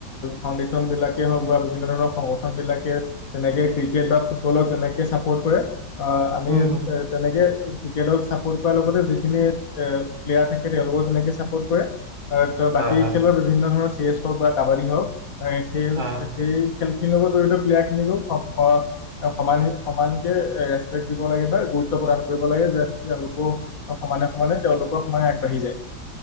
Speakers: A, on the left; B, on the right.
A: ফাউণ্ডেচন বিলাক। হওঁক বা বিভিন্ন ধৰণৰ সংগঠন বিলাকে তেনেকে ক্ৰিকেট বা ফুটবলক যেনেকে চাপৰ্ট কৰে। অ' আমি
B: উম, হম।
A: এ তেনেকে। ক্ৰিকেটক চাপোৰ্ট কৰাৰ লগতে যিখিনি এ প্লেয়াৰ থাকে তেওঁলোকক যেনেকে চাপোৰ্ট কৰে ত বাকী
B: হয়, হয়,
A: খেলৰ বিভিন্ন ধৰণৰ চেছ হওক বা কাবাডী হওক সেই
B: হয়।
A: সেই খেল খিনিৰ লগত জড়িত প্লেয়াৰ খিনিকো সম সমানকে ৰেচপেক্ট দিব লাগে বা গুৰুত্ব প্ৰদান কৰিব লাগে যে তেওঁলোকো সমানে সমানে তেওঁলোকৰ সমানে আগবাঢ়ি যায়।